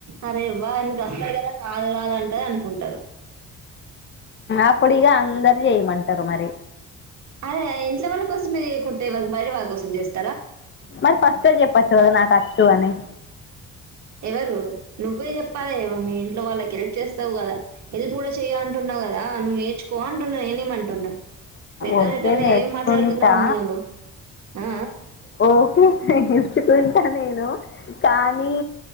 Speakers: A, on the right (about 65°); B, on the left (about 40°).
A: అరే ఇవా ఆయనకి వస్తాయి కదా రాదు రాదు అంట అనుకుంటారు
B: అప్పుడు ఇగా అందరు చేయమంటారు మరి
A: అదే ఇంట్లో వాళ్ళ కోసం చేయకుంటే బయట వాళ్ల కోసం చేస్తారా
B: మరి ఫస్ట్ చెప్పచ్చు కదా నాకు వచ్చు అని
A: ఎవరు నువ్వే చెప్పాలి మీ ఇంట్లో వాళ్ళకి హెల్ప్ చేస్తావు కదా హెల్ప్ కూడా చెయ్యి అంటున్నావు వచ్చు కదా నేర్చుకో అంటున్నా నేనేమి అంటున్నా రేట
B: ఓకే
A: రేటనే
B: నేర్చుకుంటా
A: ఏం మాట్లాడుతున్నావా నువ్వు ఆ
B: ఓకే నేర్చుకుంటా నేను కానీ